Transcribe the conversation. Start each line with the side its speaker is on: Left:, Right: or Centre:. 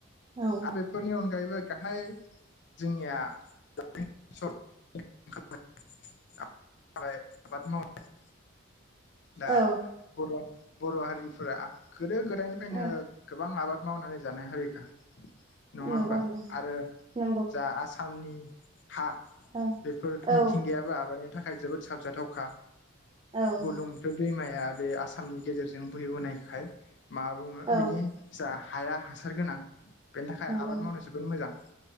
Right: औ
Left: आरो बेफोरनि अनगायैबो गाहाय जोंनिया <unintelligible> <unintelligible> जाबाय आबाद मावनाय दा
Right: औ
Left: बर' बर' हारिफोरा गोदो-गोदायनिफ्रायनो
Right: औ
Left: गोबां आबाद मावनानै जानाय हारिखा नङा
Right: नंगौ
Left: होमबा
Right: नोंथां
Left: आरो
Right: नंगौ
Left: जा आस सामनि हा
Right: औ
Left: बेफोर
Right: औ
Left: मिथिंगायाबो आबादनि थाखाय जोबोद साबजाथावखा
Right: औ
Left: बुरलुं बुथुर दैमाया बे आसामनि गेजेरजों बोहैबोनायखाय मा बुङो
Right: औ
Left: बिनि जा हाया हासार गोनां बेनि थाखाय
Right: नंगौ
Left: आबाद मावनो जोबोद मोजां